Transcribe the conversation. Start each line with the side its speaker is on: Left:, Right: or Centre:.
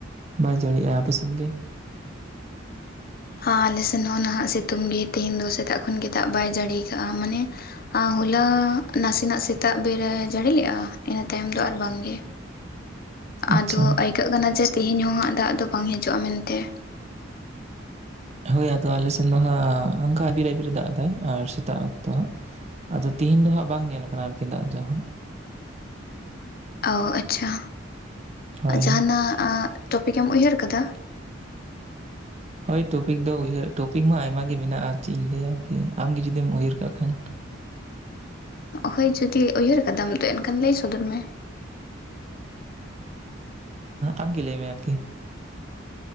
Right: ᱵᱟᱭ ᱡᱟᱹᱲᱤᱭᱮᱜᱼᱟ ᱟᱯᱮᱥᱮᱫ ᱜᱮ᱾
Left: ᱦᱟᱸ ᱟᱞᱮ ᱥᱮᱱ ᱦᱚᱸ ᱱᱟᱦᱟᱜ ᱥᱤᱛᱩᱝ ᱜᱮ ᱛᱮᱦᱮᱧ ᱫᱚ ᱥᱮᱛᱟᱜ ᱠᱷᱚᱱ ᱜᱮ ᱫᱟᱜ ᱵᱟᱭ ᱡᱟᱹᱲᱤ ᱠᱟᱜᱼᱟ ᱢᱟᱱᱮ ᱦᱟᱸ ᱦᱚᱞᱟ ᱱᱟᱥᱮᱱᱟᱜ ᱥᱮᱛᱟᱜ ᱵᱮᱨᱟᱭ ᱡᱟᱹᱲᱤ ᱞᱮᱜᱼᱟ ᱤᱱᱟᱹ ᱛᱟᱭᱚᱢ ᱫᱚ ᱟᱨ ᱵᱟᱝᱜᱮ᱾
Right: ᱟᱪᱪᱷᱟ
Left: ᱟᱫᱚ ᱟᱹᱭᱠᱟᱹᱜ ᱠᱟᱱᱟ ᱡᱮ ᱛᱮᱦᱮᱧ ᱦᱚᱸ ᱦᱟᱸᱜ ᱫᱟᱜ ᱫᱚ ᱵᱟᱝ ᱦᱤᱡᱩᱜᱼᱟ ᱢᱮᱱᱛᱮ᱾
Right: ᱦᱳᱭ ᱟᱫᱚ ᱟᱞᱮ ᱥᱮᱱ ᱫᱚ ᱦᱟᱸᱜ ᱟᱝᱠᱟ ᱵᱤᱨᱟ ᱵᱤᱨᱮ ᱫᱟᱜ ᱫᱟᱭ ᱟᱨ ᱥᱮᱛᱟᱜ ᱚᱠᱛᱚ ᱦᱟᱸᱜ᱾ ᱟᱫᱚ ᱛᱤᱦᱤᱧ ᱫᱚ ᱦᱟᱸᱜ ᱵᱟᱝ ᱧᱮᱞ ᱟᱠᱟᱱᱟ ᱟᱨᱠᱤ ᱫᱟᱜ ᱡᱚ ᱦᱟᱸᱜ᱾
Left: ᱚ ᱟᱪᱪᱷᱟ
Right: ᱦᱳᱭ᱾
Left: ᱡᱟᱦᱟᱱᱟᱜ ᱟᱜ ᱴᱚᱯᱤᱠᱮᱢ ᱩᱭᱦᱟᱹᱨ ᱠᱟᱫᱟ?
Right: ᱦᱳᱭ ᱴᱚᱯᱤᱠ ᱫᱚ ᱩᱭᱦᱟᱹᱨ ᱴᱚᱯᱤᱠ ᱢᱟ ᱟᱭᱢᱟ ᱜᱮ ᱢᱮᱱᱟᱜᱼᱟ, ᱪᱮᱫ ᱤᱧ ᱞᱟᱹᱭᱟ ᱠᱤ ᱟᱢ ᱜᱮ ᱡᱩᱫᱤᱢ ᱩᱭᱦᱟᱹᱨ ᱠᱟᱜ ᱠᱷᱟᱱ᱾
Left: ᱦᱳᱭ ᱡᱩᱫᱤ ᱩᱭᱦᱟᱹᱨ ᱟᱠᱟᱫᱟᱢ ᱛᱚ ᱮᱱᱠᱷᱟᱱ ᱞᱟᱹᱭ ᱥᱚᱫᱚᱨ ᱢᱮ?
Right: ᱟᱢᱜᱤ ᱞᱟᱹᱭ ᱢᱮ ᱟᱨᱠᱤ?